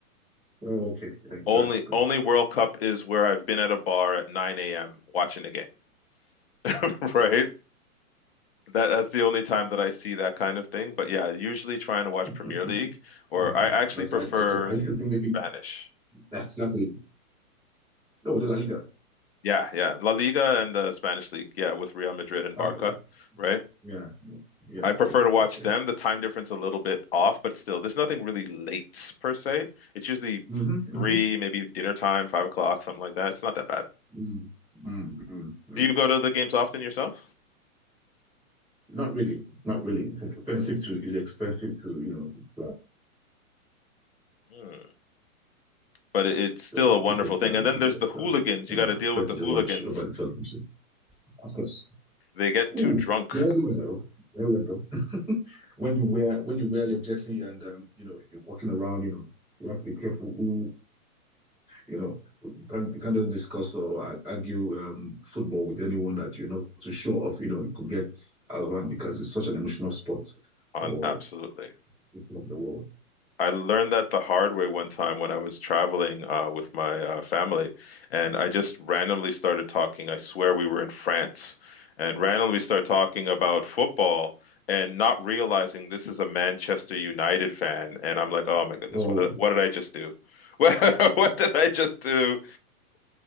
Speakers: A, in the centre; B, on the left.
A: Oh, okay, exactly.
B: Only only World Cup is where I've been at a bar at 9 a.m. watching a game, <laughs> right? That that's the only time that I see that kind of thing. But yeah, usually trying to watch
A: <laughs>
B: Premier League, or
A: Ah,
B: I actually
A: because
B: prefer
A: I, I, 'cause I used to think maybe
B: Spanish.
A: that's exactly Oh, the La Liga.
B: Yeah, yeah, La Liga and the Spanish League. Yeah, with Real Madrid and
A: Ah,
B: Barca,
A: yeah,
B: right?
A: yeah, yeah, yeah,
B: I prefer
A: yes,
B: to watch
A: yes, yes.
B: them. The time difference a little bit off, but still, there's nothing really late per se. It's usually
A: Mm-hmm, mm-hmm,
B: three, maybe dinner time, five o'clock, something like that. It's not that bad.
A: mm, mm, mm, mm.
B: Do you go to the games often yourself?
A: Not really, not really. It's expensive to, it's expensive to, you know, to have,
B: Hmm. But it- it's still
A: the, the
B: a wonderful
A: tickets
B: thing.
A: are
B: And
A: ridiculous.
B: then there's the hooligans.
A: Uh, you
B: You got
A: know,
B: to deal
A: I prefer
B: with
A: to
B: the
A: just
B: hooligans.
A: watch over the television. Of course.
B: They get
A: Ooh,
B: too drunk
A: they're everywhere though. They're Everywhere though. When you wear, when you wear your jersey and um, you know, you're walking around, you know, you have to be careful You know, you can't you can't just discuss or ar- argue um, football with anyone that you're not too sure of. You know, you could get out of hand because it's such an emotional sport
B: <laughs> on
A: for
B: absolutely.
A: the world.
B: I learned that the hard way one time when I was traveling uh, with my uh, family, and I just randomly started talking. I swear we were in France, and randomly started talking about football, and not realizing this is a Manchester United fan. And I'm like, oh my goodness,
A: Well,
B: what did, what did I just do? <laughs> What what did I just do?